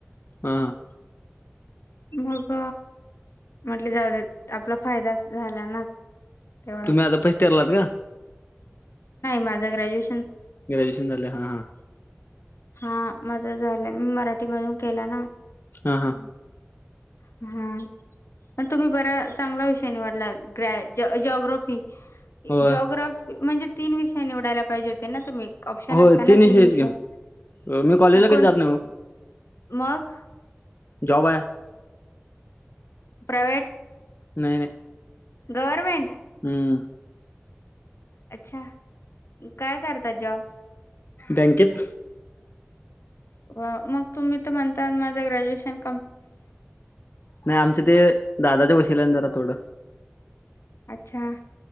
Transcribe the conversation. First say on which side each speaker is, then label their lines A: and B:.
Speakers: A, on the left; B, on the left.
A: हा.
B: मग म्हटलं, जाऊ दे, आपला फायदा झाला ना. तेवढा
A: तुम्ही आता फास्ट ठरलात का?
B: माझ ग्र्यु.
A: ग्रॅज्युएशन झालं. हा हा.
B: हा, माझा झाला. मी मराठीतून केला ना.
A: हा हा.
B: हम्म, म् तुम्ही बराच चांगला विषय निवडला, ग्रॅज्युअली.
A: होय
B: जिओग्राफी म्हणजे तीन विषय निवडायला पाहिजे होते ना, तुम्ही? ऑप्शन
A: होय
B: असतात ना,
A: ते
B: तीन
A: विषयच
B: विषय.
A: की मी कॉलेजला
B: मग कोणता?
A: कधी जात नाही ओ
B: मग?
A: जाऊ आहे.
B: प्रायवेट.
A: नाही रे.
B: गवर्नमेंट.
A: हम्म.
B: अच्छा, काय करतात जॉब?
A: टंकित.
B: वा, मग तुम्ही तर म्हणता, माझ्या ग्रॅज्युएशनचं
A: नाही आमचे ते दादाच्या वशील्यान जरा थोड
B: अच्छां.